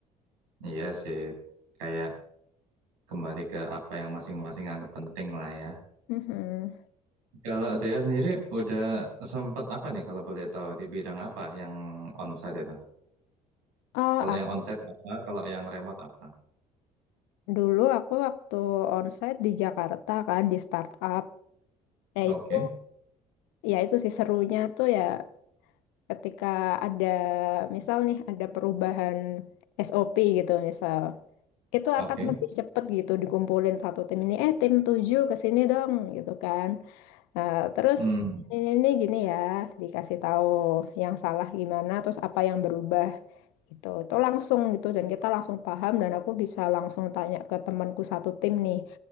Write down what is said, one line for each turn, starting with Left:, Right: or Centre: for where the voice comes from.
Right: Iya sih. Kayak kembali ke apa yang masing-masing anggap penting lah ya.
Left: Mhm.
Right: Kalau Dea sendiri udah sempat apa nih kalau boleh tahu di bidang apa yang onsite itu?
Left: Eh,
Right: Kalau
Left: aku
Right: yang onsite apa? Kalau yang remote apa?
Left: dulu aku waktu onsite di Jakarta kan di startup. Ya
Right: Oke,
Left: itu ya itu sih serunya tuh ya ketika ada misal nih ada perubahan SOP gitu misal. itu
Right: oke.
Left: akan lebih cepet gitu dikumpulin satu tim ini eh tim tujuh ke sini dong gitu kan Nah, terus
Right: Hmm.
Left: ini, ini gini ya dikasih tahu yang salah gimana terus apa yang berubah gitu itu langsung gitu dan kita langsung paham dan aku bisa langsung tanya ke temanku satu tim nih